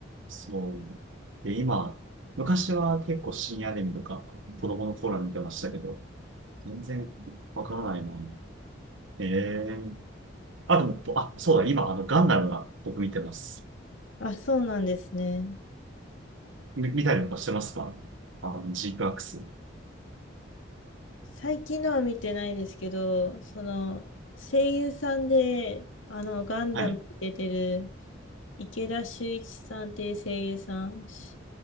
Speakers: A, on the right; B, on the left.
A: そう。で、今、昔は結構深夜アニメとか、子供の頃は見てましたけど、全然わからないな。ええーあ、でも、あ、そうだ、今、あの、ガンダムが僕見てます。
B: あ、そうなんですね。
A: み、見たりとかしてますかあの、ジークアクス。
B: 最近のは見てないですけど、その、声優さんで、あの、ガンダムに出てる
A: はい。
B: 池田秀一さんっていう声優さん。し